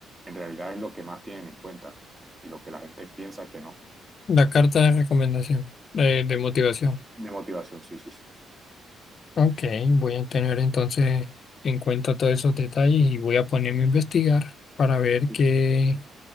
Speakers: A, on the right (about 15°); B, on the left (about 45°).
A: en realidad es lo que más tienen en cuenta y lo que la gente piensa que no.
B: La carta de recomendación, de de motivación.
A: De motivación, sí, sí, sí.
B: Ok, voy a tener entonces en cuenta todos esos detalles y voy a ponerme a investigar para ver
A: sí.
B: qué,